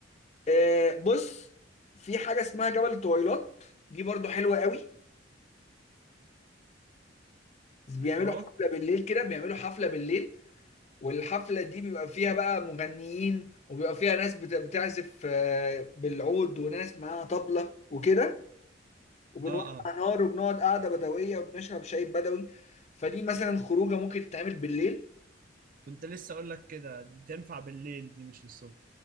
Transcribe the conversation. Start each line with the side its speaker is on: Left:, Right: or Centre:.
Left: آه، بص في حاجه اسمها جبل طويلات دي برضو حلوه قوي بيعملوا
Right: اهو
Left: حفله بالليل كده بيعملوا حفله بالليل والحفلة دي بيبقى فيها بقى مغنيين وبيبقى فيها ناس بت- بتعزف آه، بالعود وناس معاها طبلة وكده وبنولع
Right: اه اه
Left: نار وبنقعد قعدة بدوية وبنشرب شاي بدوي فدي مثلا خروجة ممكن تتعمل بالليل
Right: كنت لسه اقول لك كده دي تنفع بالليل دي مش الصبح